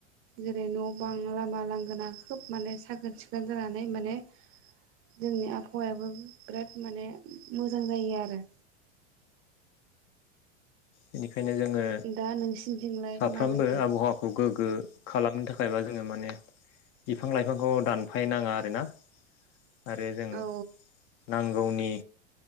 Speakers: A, on the right; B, on the left.
A: जेरै न' बां लामा लांगोना खोब माने साखोन सिखोन जानानै माने जोंनि आबहावायाबो बिराद माने मोजां जायो आरो।
B: बेनिखायनो जोङो
A: दा नोंसिनिथिंलाय
B: साफ्रोमबो
A: माबायदि
B: आबहावाखौ गोग्गो खालामनो था थाखायबा जोङो माने बिफां लाइफांखौ दानफाय नाङा आरो ना। आरो जों
A: औ
B: नांगौनि